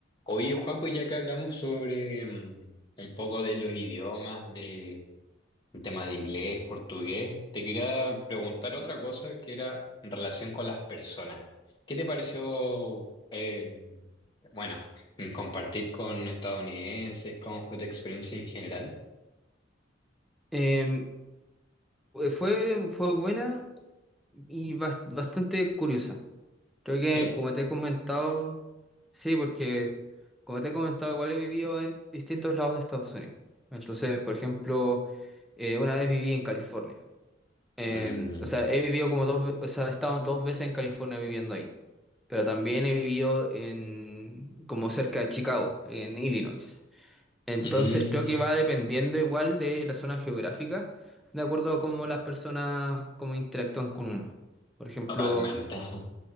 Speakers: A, on the left (about 25°); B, in the centre.
A: Oye, Joaco, ya que hablamos sobre mm, un poco de los idiomas, de un tema de inglés, portugués, te quería preguntar otra cosa que era en relación con las personas. ¿Qué te pareció, eh, bueno, compartir con estadounidenses? ¿Cómo fue tu experiencia en general?
B: Em, fue, fue buena y bas- bastante curiosa. Creo que
A: ¿Sí?
B: como te he comentado, sí, porque como te he comentado, igual he vivido en distintos lados de Estados Unidos. Entonces, por ejemplo, eh, una vez viví en California. Em,
A: Mm,
B: o sea, he vivido como dos, ve- o sea, he estado dos veces en California viviendo ahí. Pero también he vivido en como cerca de Chicago, en Illinois. Entonces
A: mm,
B: creo que va dependiendo igual de la zona geográfica, de acuerdo a cómo las personas como interactúan con uno. Por ejemplo,
A: totalmente. Ajá.